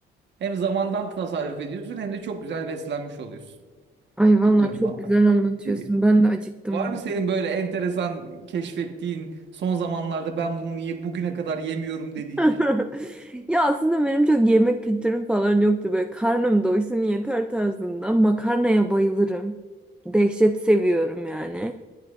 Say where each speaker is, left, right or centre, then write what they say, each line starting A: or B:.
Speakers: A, on the right; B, in the centre.
A: Hem zamandan tasarruf ediyorsun hem de çok güzel beslenmiş oluyorsun.
B: Ay vallahi
A: Bilmiyorum
B: çok
A: bana
B: güzel anlatıyorsun.
A: geliyor.
B: Ben de acıktım.
A: Var mı senin böyle enteresan keşfettiğin son zamanlarda ben bunu niye bugüne kadar yemiyorum dediğin
B: <laughs>
A: bir şey?
B: Ya aslında benim çok yemek kültürüm falan yoktu. Böyle karnım doysun yeter tarzında. Makarnaya bayılırım. Dehşet seviyorum yani.